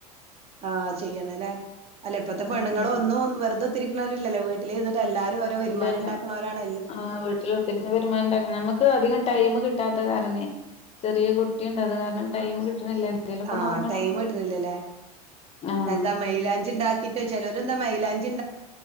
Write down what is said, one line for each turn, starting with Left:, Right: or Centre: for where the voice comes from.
Right: ആഹ് ചെയ്യണ്ലെ അല്ല ഇപ്പത്തെ
Left: ഉം
Right: പെണ്ണുങ്ങളൊന്നും
Left: ഉം
Right: വെറുതെകുത്തിരിക്കുന്നവരില്ലല്ലോ വീട്ടിലിരു ഓരോ വരുമാനമുണ്ടാക്കണവരാണ്
Left: ഇല്ല ഇല്ല ആഹ് വീട്ടിൽ കുത്തിരുന്ന് വരുമാനമുണ്ടാകുന്നു നമ്മക്ക് അധികം ടൈം കിട്ടാത്ത കാരണേ ചെറിയ കുട്ടിയുണ്ട് അത് കാരണം ടൈം കിട്ടണില്ല എന്തേലൊക്കെ
Right: ആഹ്
Left: നോക്കണം
Right: ടൈം കിട്ടുന്നില്ലലെ
Left: ആഹ്
Right: എന്താ മൈലാഞ്ചി ഉണ്ടാക്കിട്ടോ ചിലർ എന്താ മൈലാൻ